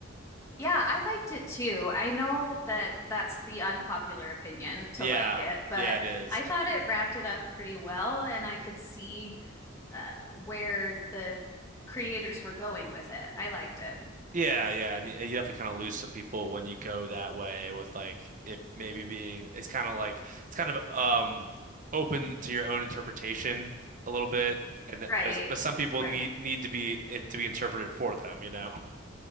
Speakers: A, on the left (about 15°); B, on the right (about 40°).
A: Yeah, I liked it too. I know that that's the unpopular opinion to
B: Yeah,
A: like it, but
B: yeah, it is.
A: I
B: <laughs>
A: thought it wrapped it up pretty well, and I could see uh, where the creators were going with it. I liked it.
B: Yeah, yeah, and you, you definitely kind of lose some people when you go that way with like it maybe being it's kind of like it's kind of um open to your own interpretation a little bit, and that-
A: Right.
B: but but some people
A: Right.
B: need need to be it to be interpreted for them, you know. <laughs>